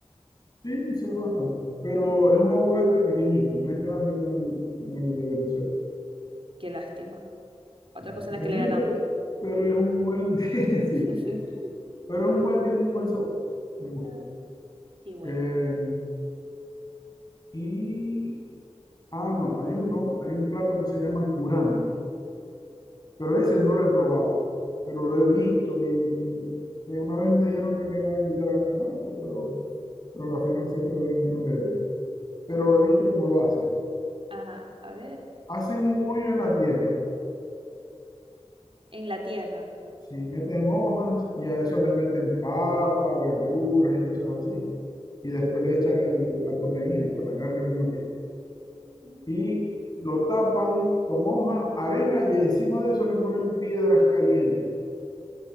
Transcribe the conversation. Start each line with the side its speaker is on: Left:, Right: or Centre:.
Left: Sí, se ve bastante. Pero es un aguacate pequeñito, no es grande como el, como el de Venezuela.
Right: Qué lástima. Otra
Left: Sí, Es
Right: cosa
Left: pequeñito,
Right: en la que le ganamos.
Left: pero es un buen, <laughs>
Right: <laughs>
Left: sí, pero es un buen, tiene un buen sabor. Me gusta.
Right: Ah, Qué bueno.
Left: Eh, y, ah, no, hay uno, hay un plato que se llama curanto. pero ese no lo he probado, pero lo he visto y, y me- una vez me dijeron que me iban a invitar a comerlo, pero, pero la final se quedó en, en veremos. Pero he visto cómo lo hacen.
Right: Ajá, a ver.
Left: Hacen un hoyo en la tierra,
Right: En la tierra.
Left: si meten hojas y a eso le meten papa, verduras y cosas así, y después le echan el- la proteína, pues la carne que uno quiere.
Right: Mm,
Left: Y lo tapan con hoja, arena y encima de eso le ponen piedras calientes.